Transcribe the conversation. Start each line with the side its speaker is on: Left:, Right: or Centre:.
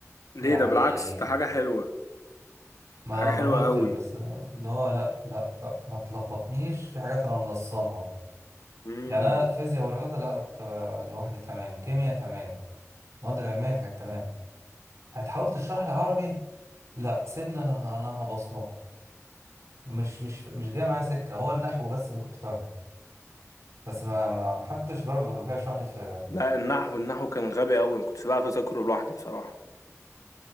Left: ليه
Right: يعني
Left: ده بالعكس ده حاجة حلوة
Right: ما
Left: ده حاجة حلوة
Right: جربتش
Left: أوي
Right: بس اللي هو لا لا لا، ما تلخبطنيش في حاجات انا ملصمها
Left: مم.
Right: يعني انا فيزياء ورياضه لا انا كنت ب- لوحدي تمام كيمياء تمام المواد العلميه كانت تمام هتحاول تشرح لي عربي لا سيبني انا ه- انا هبصمجه مش مش مش جاي معايا سكه هو النحو بس اللي كنت فاهمه بس ما ما ما حدش جرب قبل كده يشرح لي في
Left: لا النحو النحو كان غبي أوي مكنتش بعرف أذاكره لوحدي بصراحة